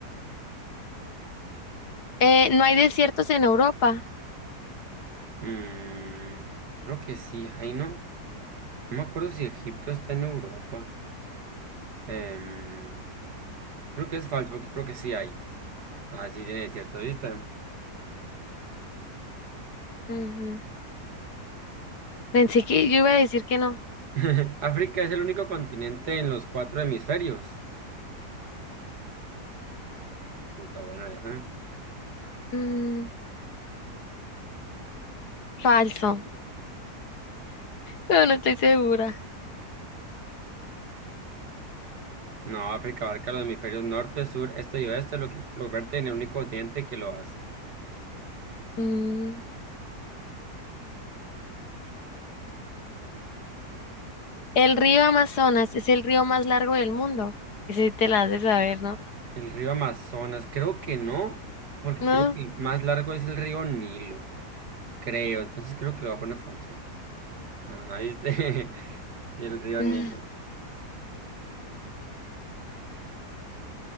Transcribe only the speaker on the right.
Mm, creo que sí, ahí no. No me acuerdo si Egipto está en Europa. Em, creo que es falso, porque creo que sí hay. Ah, sí tiene cierta vista.
<laughs> África es el único continente en los cuatro hemisferios. Puta buena esa.
No, África abarca los hemisferios norte, sur, este y oeste, lo que lo convierte en el único continente que lo hace.
El río Amazonas, creo que no, porque
creo que el más largo es el río Nilo, creo. Entonces creo que lo voy a poner falso. Ah, este, <laughs> el río
Nilo.